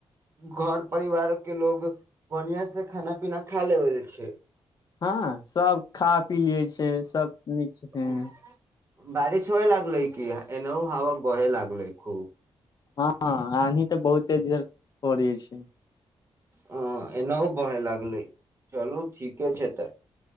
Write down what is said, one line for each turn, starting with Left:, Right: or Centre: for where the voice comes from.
Right: घर परिवार के लोग बढ़िया से खाना पीना खा लेबल छै
Left: हँ सब खा पी ली छै सब नीक छथिन
Right: हँ बारिश होए लागलै कि एनहु हवा बहय लागलै खूब
Left: हँ आधी तऽ बहुते इधर हो रहल छै
Right: हँ एनाहो बहैय लागलै चलू ठीके छै तऽ